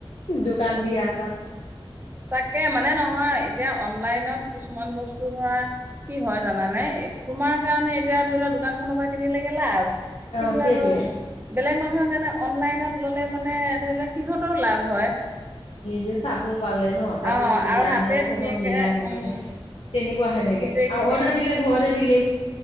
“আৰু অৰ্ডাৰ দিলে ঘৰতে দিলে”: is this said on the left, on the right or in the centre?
Left